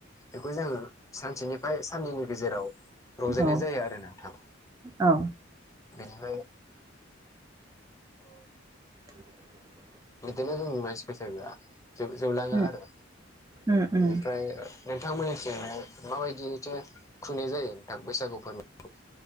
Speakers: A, on the left (about 15°); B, on the right (about 20°).
A: बेखौ जोङो सानसेनि बाय साननैनि गेजेराव रंजानाय
B: औ
A: जायो आरो नोंथां।
B: औ
A: बेनिफाय अ
B: <inaudible>
A: बिदिनो जोंनि मानसि बैसागोआ जोब-जोबलाङो
B: उम
A: आरो
B: उम उम
A: बेनिफ्राय नोंथां मोननिथिंहाय माबायदि इथिङो खुंनाय जायो नोंथां बैसागु फोरबो <unintelligible>